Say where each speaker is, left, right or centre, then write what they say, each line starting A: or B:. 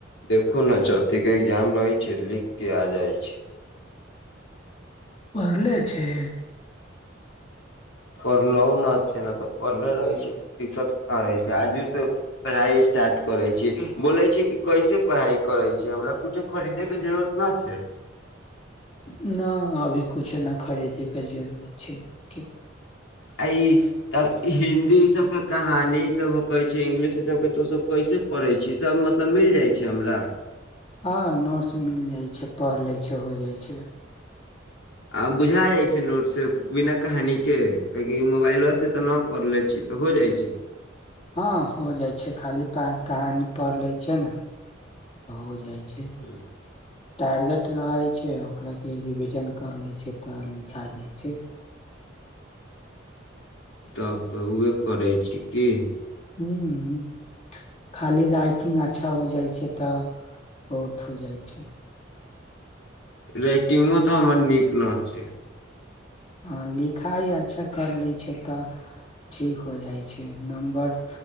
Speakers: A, on the left; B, on the left.
A: देखू ने चौथीके एग्जाम रहैय छै लिख के आ जाइत छै
B: पढ़ले छै
A: पढ़लउ न त छै न तऽ पढ़ने रहै छै त दिक्कत कहा रहै छै आजू से पढ़ाइ स्टार्ट करै छी बोलै छै कि कैसे पढ़ाइ करै छै हमरा कुछो खरीदे के जरूरत न छै
B: न अभी कुछु न खरीदे के जरूरत छै कि
A: आ इ त हिन्दी इ सब के कहानी इ सब कहै छै इंगलिश ई सब के तो ओ सब पढ़ै छै सब मतलब मिल जाइ छै हमरा
B: हँ नोटस मिल जाइ छै पढ़ लै छै हो जाइ छै
A: आ बुझा जाय छै नोट से बिना कहानी के ककि मोबाइलवा से तऽ न पढ़ले छी तऽ हो जाइ छै
B: हँ हो जाइ छै खाली पा कहानी पढ़ ले छै न तऽ हो जाइ छै
A: ह्म
B: टारगेट रहै छै ओकराके रिविजन कर लै छै तऽ लिखा जाइ छै
A: तब तऽ उहे करैय छी की
B: हूँ हूँ खाली राइटिंग अच्छा हो जाई छै तऽ बहुत हो जाई छै
A: रइटंगो तऽ हमर नीक न छै
B: हाँ लिखाई अच्छा कर लै छै तऽ ठीक हो जाइ छै नंबर